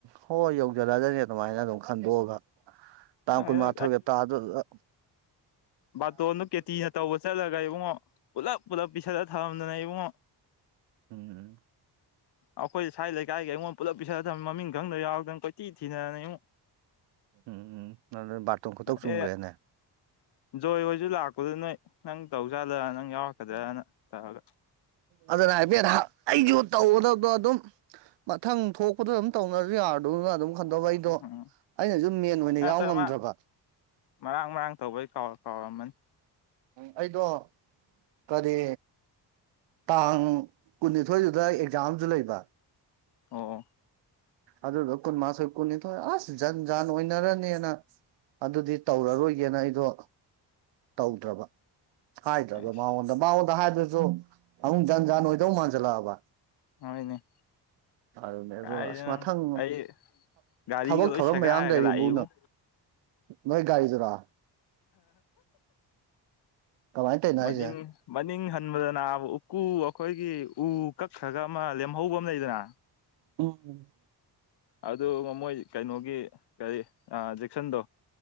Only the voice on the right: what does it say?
ꯍꯣꯏ ꯌꯧꯖꯜꯂꯛꯒꯅꯤ ꯑꯗꯨꯃꯥꯏꯅ ꯑꯗꯨꯝ ꯈꯟꯗꯣꯛꯑꯒ ꯇꯥꯡ
ꯀꯨꯜꯃꯊꯣꯢꯒꯦ ꯇꯥ ꯑꯗꯨꯒ
ꯎꯝ ꯎꯝ
ꯎꯝ ꯎꯝ ꯑꯗꯨ ꯕꯥꯔꯇꯣꯟ ꯈꯨꯇꯧ ꯆꯨꯝꯈ꯭ꯔꯦꯅꯦ
ꯑꯗꯨꯅ ꯍꯥꯏꯐꯦꯠ ꯑꯩꯁꯨ ꯇꯧꯒꯗꯕꯗꯣ ꯑꯗꯨꯝ ꯃꯊꯪ ꯊꯣꯛꯄꯗ ꯑꯗꯨꯝ ꯇꯧꯅꯔꯁꯨ ꯌꯥꯕꯗꯨ ꯑꯗꯨꯝ ꯈꯟꯗꯥꯛ ꯑꯩꯗꯣ
ꯑꯩꯅꯁꯨ ꯃꯦꯟ ꯑꯣꯏꯅ
ꯌꯥꯎ ꯉꯝꯗ꯭ꯔꯕ
ꯑꯩꯗꯣ ꯀꯔꯤ ꯇꯥꯡ ꯀꯨꯟꯅꯤꯊꯣꯏꯗꯨꯗ ꯑꯦꯛꯖꯥꯝꯁꯨ ꯂꯩꯕ
ꯑꯗꯨꯗꯧ ꯀꯨꯟꯃꯊꯣꯏ ꯀꯨꯟꯅꯤꯊꯣꯏ ꯑꯁ ꯖꯟ ꯖꯥꯟ ꯑꯣꯏꯅꯔꯅꯤꯅ ꯑꯗꯨꯗꯤ ꯇꯧꯔꯔꯣꯏꯒꯦꯅ ꯑꯩꯗꯣ ꯇꯧꯗ꯭ꯔꯕ ꯍꯥꯏꯗ꯭ꯔꯕ
ꯃꯉꯣꯟꯗ ꯑꯗ ꯃꯉꯣꯟꯗ ꯍꯥꯏꯕꯗꯨꯁꯨ ꯑꯃꯨꯛ ꯖꯟ ꯖꯥꯟ ꯑꯣꯏꯗꯧ ꯃꯥꯟꯁꯤꯜꯂꯛꯑꯕ
ꯑꯗꯨꯅꯦ ꯑꯗꯣ
ꯑꯁ ꯃꯊꯪ
ꯊꯕꯛ
ꯊꯧꯔꯝ
ꯃꯌꯥꯝ ꯂꯩꯔꯤꯕꯣ
ꯅꯣꯏ ꯒꯥꯔꯤꯗꯨꯔꯥ ꯀꯃꯥꯏꯅ ꯇꯧꯔꯤꯅꯣ
ꯍꯥꯏꯁꯦ
ꯎꯝ